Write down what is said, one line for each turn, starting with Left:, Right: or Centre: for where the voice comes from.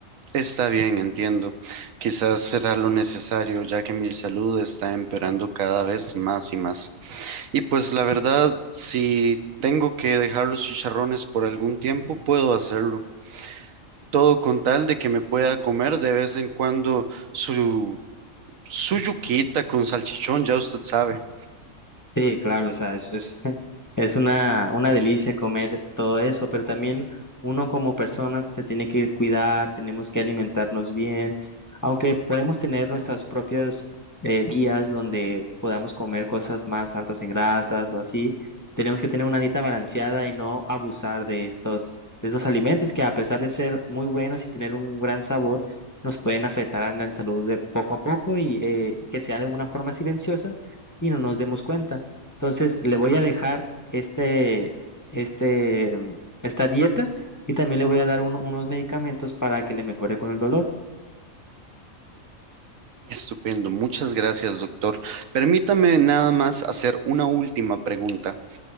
Right: está bien, entiendo. Quizás será lo necesario, ya que mi salud está empeorando cada vez más y más. Y pues la verdad, si tengo que dejar los chicharrones por algún tiempo, puedo hacerlo. Todo con tal de que me pueda comer de vez en cuando su, su yuquita con salchichón, ya usted sabe.
Left: Sí, claro, o sea, es, es Es una, una delicia comer todo eso, pero también uno como persona se tiene que cuidar, tenemos que alimentarnos bien, aunque podemos tener nuestros propios eh, días donde podamos comer cosas más altas en grasas o así, tenemos que tener una dieta balanceada y no abusar de estos, de estos alimentos que a pesar de ser muy buenos y tener un gran sabor, nos pueden afectar en la salud de poco a poco y eh, que sea de una forma silenciosa y no nos demos cuenta. Entonces, le voy a dejar este, este, mm, esta dieta y también le voy a dar un- unos medicamentos para que le mejore con el dolor.
Right: Estupendo, muchas gracias, doctor. Permítame nada más hacer una última pregunta.